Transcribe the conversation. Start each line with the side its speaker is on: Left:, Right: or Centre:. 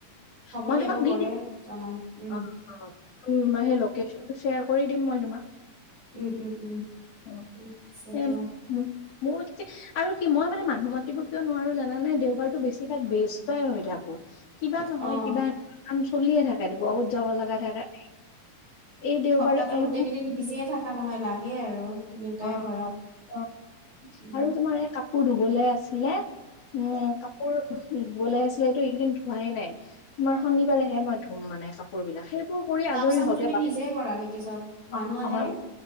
Right: হ'ব
Left: মই
Right: দিয়া
Left: তোমাক দি
Right: গ'লে
Left: দিম,
Right: জনাম উম।
Left: অ', অ', <unintelligible> লকেচনটো শ্বেয়াৰ কৰি দিম মই তোমাক।
Right: উম উম উম,
Left: অ,
Right: <unintelligible>
Left: এই
Right: দিয়া।
Left: মো- মোৰ যে আৰু কি মই মানে মানুহ মাতিব কিয় নোৱাৰো জানানে দেওবাৰতটো বেছিভাগ ব্যস্তই হৈ থাক কিবা নহয়
Right: অ',
Left: কিবা এ কাম চলিয়ে থাকে বহুত যাব লগা থাকে। এই দেওবাৰে
Right: সপ্তাহো
Left: এই
Right: গোটেই কেইদিন বিজিয়ে থাকে। থকা নহয় লাগেই আৰু তিনিওটাই
Left: অ
Right: ঘৰত
Left: অ অ
Right: উম,
Left: আৰু তোমাৰ এই কাপোৰ ধুবলে আছিলে উম, কাপোৰ ধুবলে আছিলে এইটো এইকেইদিন ধোৱাই নাই তোমাৰ শনিবাৰেহে মই ধুম মানে কাপোৰ বিলাক। সেইবোৰ কৰি
Right: কাম
Left: আজৰি
Right: চাম
Left: হওঁতে
Right: তুমি
Left: বা
Right: নিজে কৰা নেকি চব
Left: অ'
Right: মানুহ আহেনে?